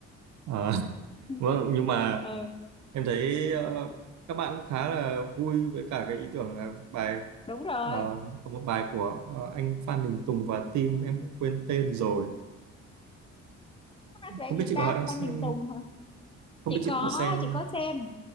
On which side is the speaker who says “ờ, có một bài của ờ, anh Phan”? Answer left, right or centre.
Right